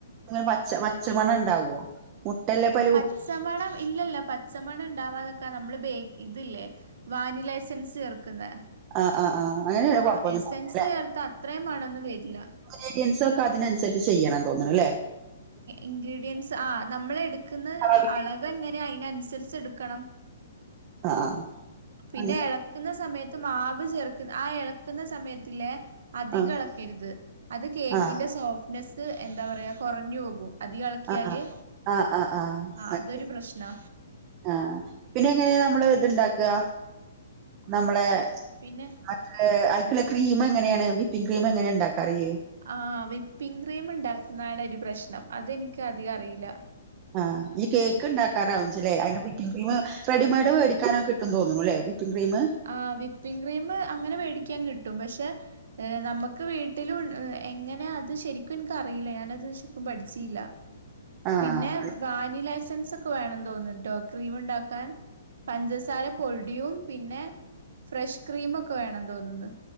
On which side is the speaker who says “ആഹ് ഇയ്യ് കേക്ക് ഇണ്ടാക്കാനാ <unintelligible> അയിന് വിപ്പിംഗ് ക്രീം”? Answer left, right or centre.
Right